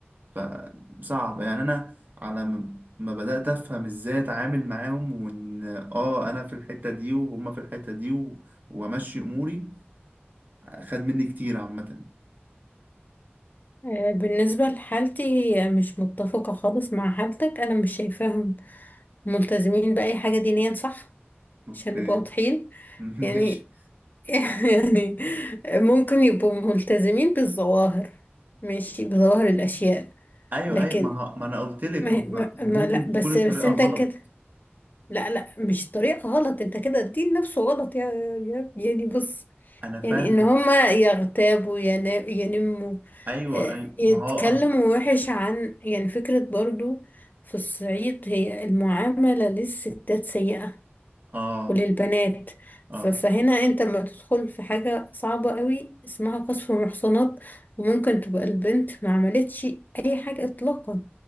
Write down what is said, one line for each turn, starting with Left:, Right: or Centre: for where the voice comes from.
Right: فصعب يعني أنا على م- ما بدأت أفهم إزاي أتعامل معاهم وإن آه أنا في الحتة دي وهما في الحتة دي و- وأمشي أموري خد مني كتير عامة
Left: آه، بالنسبة لحالتي هي مش متفقة خالص مع حالتك أنا مش شايفاهم ملتزمين بأي حاجة دينيا صح
Right: اوكي
Left: عشان نبقى واضحين
Right: <laughs> ماشي
Left: يعني <laughs> يعني ممكن يبقوا ملتزمين بالظواهر ماشي بظواهر الأشياء
Right: ايوه
Left: لكن
Right: ايوه ما, ه... ما انا قلت لك
Left: ما,
Right: هم
Left: ما,
Right: ممكن
Left: ما لا
Right: تكون
Left: بس
Right: الطريقة
Left: بس انت
Right: غلط
Left: كده لا لا مش طريقة غلط انت كده الدين نفسه غلط يا يا يعني بص
Right: انا فاهمك
Left: يعني ان هما يغتابوا ينا- ينموا
Right: ايوه
Left: آه،
Right: ايوه
Left: يتكلموا
Right: ما هو
Left: وحش عن يعني فكرة برضو في الصعيد هي المعاملة للستات سيئة
Right: اه
Left: وللبنات
Right: اه
Left: ف- فهنا انت لما تدخل في حاجة صعبة قوي اسمها قصف محصنات وممكن تبقى البنت ما عملتش اي حاجة اطلاقا